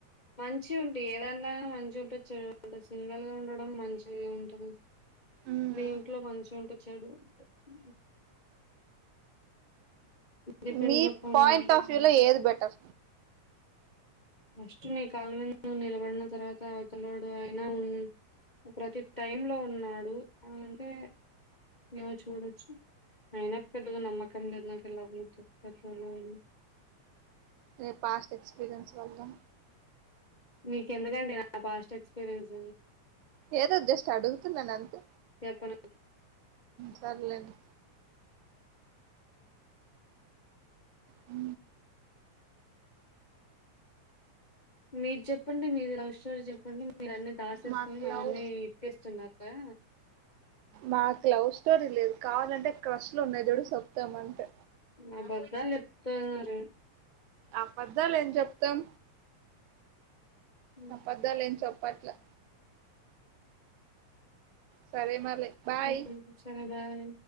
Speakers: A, on the left; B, on the right.
A: మంచి ఉండి. ఏదా న్న మంచి ఉంటే చెడు ఉంటది. సింగిల్ గా ఉండడం మంచిగా ఉంటది.
B: మ్మ్
A: దీంట్లో మంచి ఉంటది చెడు ఉంటది ఇ depends
B: మీ
A: upon
B: point of view లో ఏది బెటర్
A: ఫస్ట్ నీ కాల్ల మీద నువ్వు నిలబడిన తర్వాత అవతలోడు అయినా ఉ ప్రతి టైమ్ లో ఉన్నాడు. అనంటే నువు చూడచ్చు అయినా పెద్దగా నమ్మకం లేదు. నాకు వెళ్ళ <unintelligible>
B: మీ పాస్ట్ ఎక్స్పీరియన్స్ లల్ల
A: మీకేందుకండి నా పాస్ట్ ఎక్స్పీరియన్స్
B: ఏదో జస్ట్ అడుగుతున్నాను అంతే
A: చెప్పను
B: సర్లేండి హ్
A: మీరు చెప్పండి మీది లవ్ స్టోరీ చెప్పండి. మీరు అన్నీ దాసేసుకుని
B: మాకు లవ్
A: అవన్నీ ఇప్పేస్తున్నారూ కదా
B: మాకు లవ్ స్టోరీ లేదు కావాలంటే క్రష్లు ఉన్నాయి మీ దడు చెప్తాం అంటే
A: ఆబద్దాలు చెప్తున్నారు
B: ఆబద్దాలు ఏం చెప్తాం
A: హ్మ్.
B: అబద్ధలు ఏం చెప్ పట్లే సరే మారీ బాయ్
A: హ్మ్. సరే బాయ్